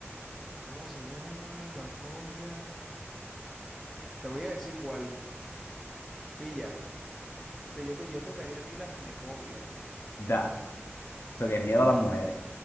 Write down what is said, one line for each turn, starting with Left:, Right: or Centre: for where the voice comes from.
Centre: ¿Cómo se llama la fobia? Te voy a decir cuál. Pilla. Te, yo, te, yo te daría a ti la ginefobia.
Left: Da. Eso que es miedo a las mujeres.